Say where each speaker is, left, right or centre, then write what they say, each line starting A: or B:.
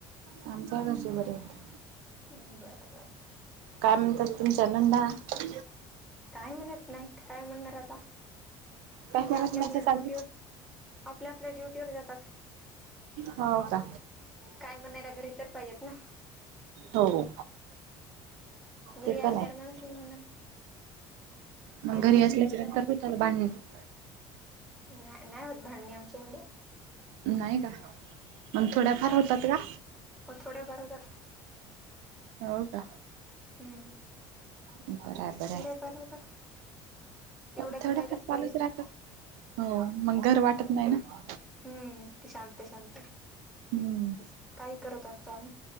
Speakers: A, on the right; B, in the centre.
A: आमच्या घरचे बरे आहेत
B: बरं बरं
A: काय म्हणतात तुमच्या नंडा क
B: काय म्हणत नाही काय म्हणणार आता
A: काही
B: ते
A: म्हण
B: आपल्या
A: मॅच्यासाठी
B: आपल्या ड्युटीवर आपल्या आपल्या ड्युटीवरर जातात
A: हो का
B: काय म्हणायला घरी तरर पाहिजेत ना
A: हो
B: घरी
A: ते
B: असल्यावर
A: पण आहे
B: माणूस मग म्हणाल
A: मग घरी
B: नसल्यावर
A: असल्याच्या
B: काय
A: नंतर <inaudible>
B: नाही नाही होत भांडग आमच्या एवढ्या
A: नाही का मग थोड्याफार होतात का
B: हो थोड्याफार होतात
A: होौ का
B: हम्म
A: बरं आहे बरं
B: तेवढ्या बर होतात
A: आहे
B: तेवढ्या
A: थोड्याफार
B: तर व्हायलाच
A: चालूच
B: पाहिजे
A: राहतात हो मग घर वाटत नाही ना
B: हम्म ती शांत शांत
A: हम्म
B: काही करत असतो आम्ही